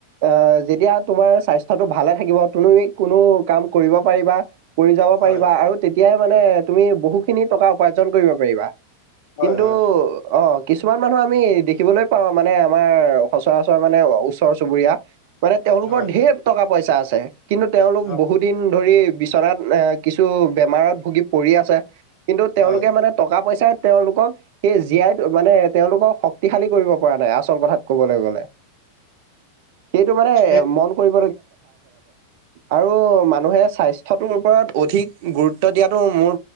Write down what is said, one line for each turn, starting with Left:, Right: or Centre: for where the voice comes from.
Right: অ যেতিয়া তোমাৰ স্বাস্থ টো ভালে থাকিব তুমি কোনো কাম কৰিব পাৰিবা কৰি যাব
Left: হয়
Right: পাৰিবা
Left: হয়
Right: আৰু এতিয়াই মানে তুমি বহুখিনি টকা উপাৰ্জন কৰিব পাৰিবা
Left: হয়
Right: কিন্তু
Left: হয়
Right: অ'। কিছুমান মানুহ আমি দেখিবলৈ পাওঁ মানে আমাৰ সচৰাচৰ মানে ওচৰ চুবুৰীয়া মানে তেওঁলোকৰ
Left: হয়
Right: ধেৰ টকা পইচা আছে কিন্তু তেওঁলোক
Left: হয়
Right: বহু দিন ধৰি বিচনাত এ কিছু বেমাৰত ভুগি পৰি আছে কিন্তু তেওঁলোকে
Left: হয়
Right: মানে টকা-পইচাই তেওঁলোকক সেই জীয়াই মানে তেওঁলোকক শক্তিশালী কৰিব পৰা নাই আচল কথাত কবলৈ গলে সেইটো মানে
Left: সেই
Right: মন কৰিব আৰু মানুে স্বাস্থ ওৰত অিক গুৰুত্ব দ মোৰ